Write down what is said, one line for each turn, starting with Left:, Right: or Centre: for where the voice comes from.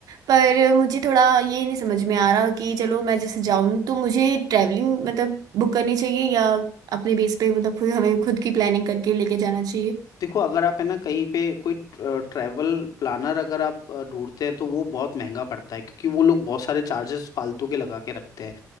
Right: पर मुझे थोड़ा ये नहीं समझ में आ रहा कि चलो मैं जैसे जाऊं तो मुझे ट्रैवलिंग मतलब बुक करनी चाहिए या अपने बेस पे मतलब खुद हमें खुद की प्लानिंग करके लेके जाना चाहिए
Left: देखो अगर आप है ना कहीं पे कोई ट्रैवल प्लानर अगर आप अ, ढूंढते हैं तो वो बहुत महंगा पड़ता है क्योंकि वो लोग बहुत सारे चार्जेस फालतू के लगा के रखते हैं